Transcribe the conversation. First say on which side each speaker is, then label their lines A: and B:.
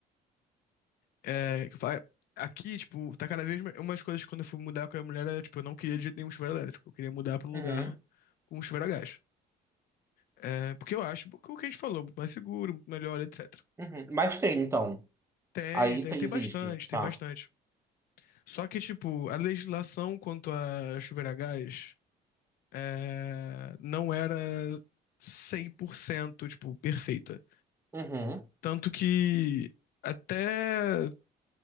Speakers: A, on the left; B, on the right.
A: É, que eu falo, é, aqui, tipo, tá cada vez mais. Uma das coisas que quando eu fui mudar com a mulher era, tipo, eu não queria de jeito nenhum chuveiro elétrico. Eu queria mudar pra um
B: Uhum,
A: lugar com um chuveiro a gás. É, porque eu acho que o que a gente falou, muito mais seguro, muito melhor, etc.
B: uhum. Mas tem, então.
A: Tem,
B: Aí
A: tem,
B: tem-
A: tem
B: existe,
A: bastante, tem
B: tá?
A: bastante. Só que, tipo, a legislação quanto a chuveiro a gás é, não era 100% tipo, perfeita.
B: Uhum.
A: Tanto que até